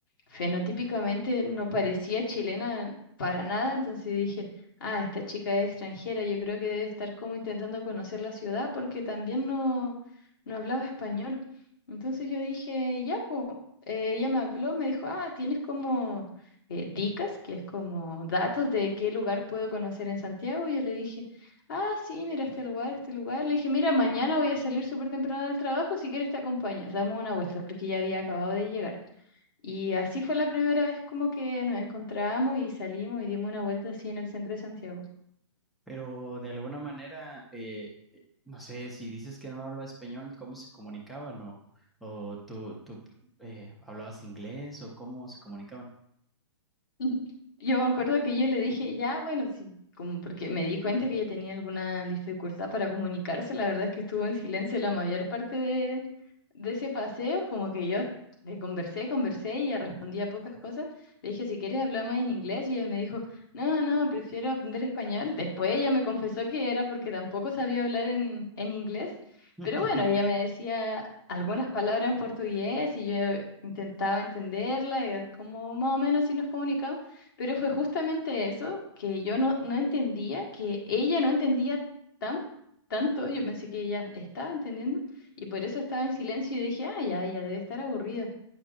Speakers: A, on the left; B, in the centre.
A: fenotípicamente no parecía chilena para nada, entonces dije, ah, esta chica es extranjera, yo creo que debe estar como intentando conocer la ciudad porque también no, no hablaba español. Entonces yo dije, ya, pues eh, ella me habló, me dijo, ah, tienes como eh, dicas, que es como datos de qué lugar puedo conocer en Santiago. Y yo le dije, ah, sí, mira este lugar, este lugar. Le dije, mira, mañana voy a salir súper temprano del trabajo, si quieres te acompaño, damos una vuelta, porque ya había acabado de llegar. Y así fue la primera vez como que nos encontramos y salimos y dimos una vuelta así en el centro de Santiago.
B: pero de alguna manera, eh, eh, no sé, si dices que no hablaba español, ¿cómo se comunicaban? ¿O, o tú, tú eh, hablabas inglés o cómo se comunicaban?
A: <laughs> Yo me acuerdo que yo le dije, ya, bueno, sí, como porque me di cuenta que ella tenía alguna dificultad para comunicarse, la verdad es que estuvo en silencio la mayor parte de, de ese paseo, como que yo le conversé, conversé y ella respondía pocas cosas. Le dije, si quieres hablamos en inglés y ella me dijo, no, no, prefiero aprender español. Después ella me confesó que era porque tampoco sabía hablar en, en inglés,
B: <laughs>
A: pero bueno, ella me decía algunas palabras en portugués y yo intentaba entenderla, y a- como más o menos si nos comunicamos, pero fue justamente eso que yo no, no entendía, que ella no entendía tan, tanto, yo pensé que ella estaba entendiendo y por eso estaba en silencio y dije, ah, ya, ella debe estar aburrida.